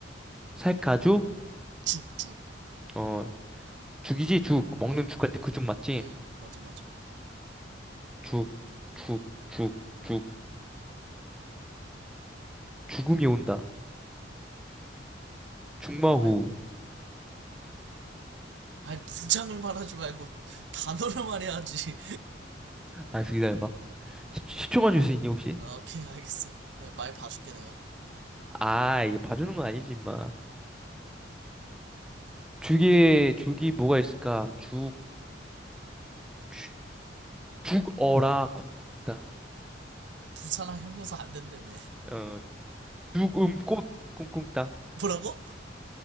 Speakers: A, in the centre; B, on the right.
A: 살카주?
B: 죽죽
A: 어.. 죽이지 죽 먹는
B: 응
A: 죽할 때 그 죽 맞지?
B: 응 맞아 맞아
A: 죽 죽 죽 죽 죽음이 온다 죽마호
B: 아이, 아이 문장을 말하지 말고 단어를 말해야지
A: 알았어 기다려봐 10, 초만 줄 수 있니 혹시?
B: <laughs> 어, 오케이 알겠어 내가 말 봐줄게 내가
A: 아 이게 봐주는 건 아니지 임마 죽에 죽이 뭐가 있을까? 죽 죽- 죽어라 쿵쿵따
B: 부산항 형용사 안 된다며
A: 어 죽음 꽃 쿵쿵따
B: 뭐라고?